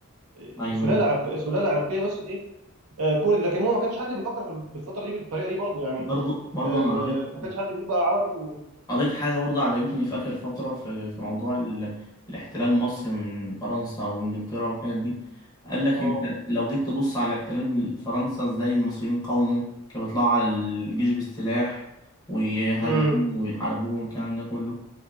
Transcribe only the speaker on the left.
ايوه
برضه برضه
انا قريت
قريت حاجة برضه عجبتني في آخر فترة في, في موضوع ال... الاحتلال مصر من فرنسا وإنجلترا والحاجات دي قال لك
أنت لو جيت تبص على احتلال فرنسا إزاي المصريين قاوموا كانوا بيطلعوا على الجيش بالسلاح ويهاجموا
ويحاربوهم والكلام ده كله